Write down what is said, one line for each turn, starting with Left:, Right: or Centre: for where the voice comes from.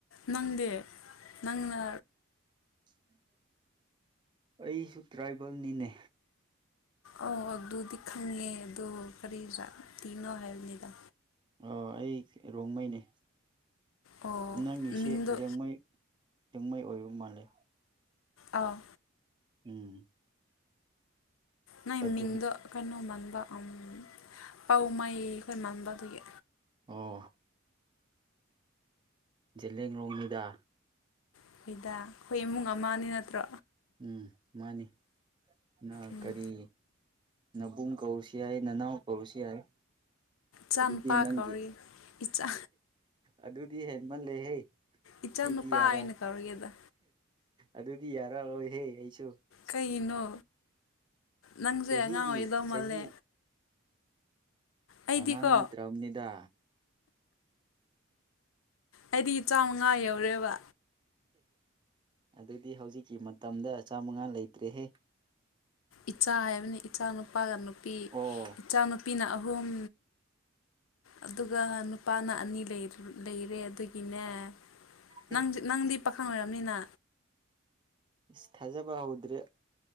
Left: ꯅꯪꯗꯦ ꯅꯪꯅ꯫
Right: ꯎꯝ꯫ ꯑꯩꯁꯨ ꯇ꯭ꯔꯥꯏꯕꯦꯜꯅꯤꯅꯦ꯫
Left: ꯑ ꯑꯗꯨ ꯑꯗꯨꯗꯤ ꯈꯪꯉꯦ ꯑꯗꯨ ꯀꯔꯤꯇꯤꯅꯣ ꯍꯥꯏꯕꯅꯤꯗ꯫
Right: ꯑ ꯑꯩ ꯔꯣꯡꯃꯩꯅꯦ
Left: ꯑꯣ
Right: ꯅꯪꯒꯤꯁꯦ
Left: ꯃꯤꯡꯗꯣ
Right: ꯂꯦꯡꯃꯩ꯫ ꯂꯤꯌꯡꯃꯩ ꯑꯣꯏꯕ ꯃꯥꯜꯂꯦ꯫
Left: ꯑꯥꯎ꯫
Right: ꯎꯝ꯫
Left: ꯅꯪꯏ
Right: ꯑꯗꯨꯝ
Left: ꯃꯤꯡꯗꯣ ꯀꯩꯅꯣ ꯃꯥꯟꯕ ꯑ ꯄꯥꯎꯃꯩ ꯃꯥꯟꯕ ꯑꯗꯨꯒꯤ꯫
Right: ꯑꯣ꯫ ꯖꯤꯂꯤꯌꯡꯂꯣꯡ ꯅꯤꯗꯥ꯫
Left: ꯑꯩꯈꯣꯏꯗ ꯑꯩꯈꯣꯏ ꯏꯃꯨꯡ ꯑꯃꯅꯤ ꯅꯠꯇ꯭ꯔꯣ꯫
Right: ꯎꯝ ꯃꯥꯅꯤ꯫ ꯅ
Left: ꯎꯝ
Right: ꯀꯔꯤ ꯅꯕꯨꯡ ꯀꯧꯁꯨ ꯌꯥꯏ ꯅꯅꯥꯎ ꯀꯧꯁꯨ ꯌꯥꯏ꯫
Left: ꯆꯥꯟꯄꯥ
Right: ꯑꯗꯨꯗꯤ ꯅꯪꯒꯤ
Left: ꯀꯧꯔꯤ꯫ ꯏꯆꯥ
Right: ꯑꯗꯨꯗꯤ ꯍꯦꯟꯃꯜꯂꯦꯍꯦ꯫
Left: ꯏꯆꯥꯅꯨꯄꯥ
Right: ꯑꯩꯗꯤ ꯌꯥꯔ
Left: ꯑꯣꯏꯅ ꯀꯧꯔꯒꯦꯗ
Right: ꯑꯗꯨꯗꯤ ꯌꯥꯔꯔꯣꯏꯍꯦ ꯑꯩꯁꯨ꯫
Left: ꯀꯩꯅꯣ ꯅꯪꯁꯦ
Right: ꯆꯍꯤꯒꯤ
Left: ꯑꯉꯥꯡ ꯑꯣꯏꯗꯧꯃꯜꯂꯦ꯫
Right: ꯆꯍꯤ
Left: ꯑꯩꯗꯤꯀꯣ
Right: ꯑꯉꯥꯡ ꯅꯠꯇ꯭ꯔꯕꯅꯤꯗ꯫
Left: ꯑꯩꯗꯤ ꯆꯥꯝꯃꯉꯥ ꯌꯧꯔꯦꯕ꯫
Right: ꯑꯗꯨꯗꯤ ꯍꯧꯖꯤꯛꯀꯤ ꯃꯇꯝꯗ ꯆꯥꯃꯉꯥ ꯂꯩꯇ꯭ꯔꯦꯍꯦ꯫
Left: ꯏꯆꯥ ꯍꯥꯏꯕꯅꯤ ꯏꯆꯥ ꯅꯨꯨꯄꯥꯒ ꯅꯨꯄꯤ
Right: ꯑꯣ
Left: ꯏꯆꯥ ꯅꯨꯨꯄꯤꯅ ꯑꯍꯨꯝ꯫ ꯑꯗꯨꯒ ꯅꯨꯄꯥꯅ ꯑꯅꯤ ꯂꯩꯔꯦ ꯑꯗꯨꯒꯤꯅꯦ꯫
Right: ꯑꯦ
Left: ꯅꯪ ꯅꯪꯗꯤ ꯄꯥꯈꯪ ꯑꯣꯏꯔꯕꯅꯤꯅ꯫
Right: ꯏꯁ ꯊꯥꯖꯕ ꯍꯧꯗ꯭ꯔꯦ